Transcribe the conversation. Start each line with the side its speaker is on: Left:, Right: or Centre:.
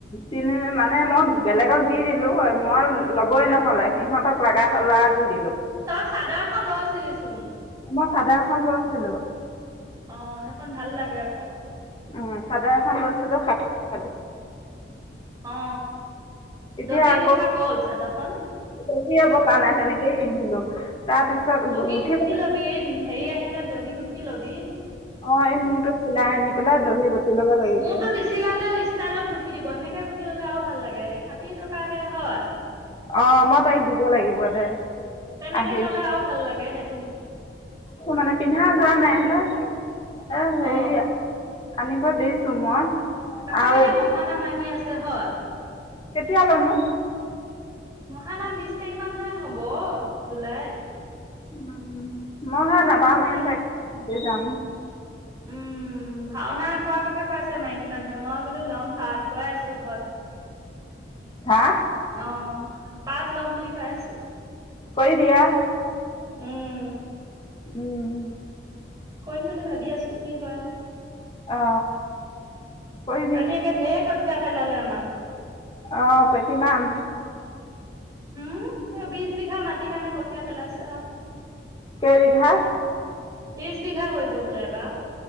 Left: তিনি মানে মই বেলেগক দি দিলো হয় মই লবই নহলে সিহঁতক লাগা লা দি দিলো।
Right: তই চাদৰ এখন লৈছিলিচোন।
Left: মই চাদৰ এখন লৈছিলো।
Right: অ সেইখন ভাল লাগে আকৌ।
Left: অ। চাদৰ এখন লৈছিলো সাতশ টকা দি।
Right: অ
Left: এতিয়া
Right: দহি
Left: আকৌ
Right: গুঠা গ'ল চাদৰখন
Left: দহি এ বতা নাই তেনেকেই পিন্ধিলো। তাৰপিছত
Right: দহি
Left: উঠিব
Right: গোঠি লবি হেৰি আহিলে। দহি গ উঠি লবি।
Left: অ এই মূৰটো চিলাই আনি পেলাই দহি বতি লব লাগিিব
Right: মোৰতো নিচিলালে ষ্টাইলত গুঠি দিব সেনেকে ললে আৰু ভাল লাগে ষাঠী টকাহে হয়
Left: অ মই তাইক দিব লাগিব দে।
Right: তেনেকে
Left: আহিল
Right: ললে আৰু ভাল লাগে। কোনো শব্দ নাই
Left: মানে পিন্ধা যোৱা নাই যে। আহ হেৰি।
Right: অ
Left: আনিব দিছো মই।
Right: আকৌ
Left: আৰু
Right: এতিয়া মহানাম আহি আছে। ছ হয়।
Left: কেতিয়ালৈ নো।
Right: মহানাম বিশ তাৰিখ মানহে হ'ব জুলাইত।
Left: উম। মই হে নাপামহে
Right: জুলাই
Left: চাগে। এ যাম।
Right: উম ভাওনা কৰ কথা কৈ আছে মাইকী মানুহে মই বোলো লম পাত কৈ আছো ঘৰত।
Left: হা
Right: অ পাট লম বুলি কৈ আছো।
Left: কৰিদিয়া।
Right: উম।
Left: উম।
Right: কৰিম বুলি ভাবি আছো কি হয় আৰু।
Left: অ কৰিবি
Right: কালি একে ধেৰ ক। ঠয়া পেলালে আমাৰ।
Left: অ কিমান
Right: হম। বিশ বিঘা মাটি কাৰণে কঠিয়াই পেলাইছ যা
Left: কেই বিঘা?
Right: ত্ৰিছ বিঘা কৰিব বোলে এইবাৰ।